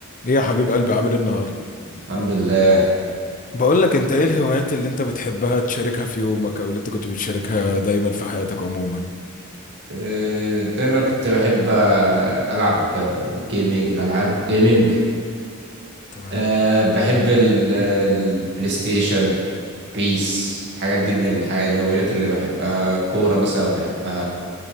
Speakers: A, on the left; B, on the right.
A: ايه يا حبيب قلبي عامل ايه النهارده
B: الحمد لله
A: بقول لك انت ايه الهوايات اللي انت بتحبها تشاركها في يومك او اللي انت كنت بتشاركها دايما في حياتك عموما
B: آه، دايما كنت بحب آه، العب جيمنج الالعاب جيمنج
A: تمام
B: أه بحب ال- البلاي ستيشن بيس الحاجات دي من الحاجات
A: كويس
B: الهوايات اللي بحبها كورة مثلا بحبها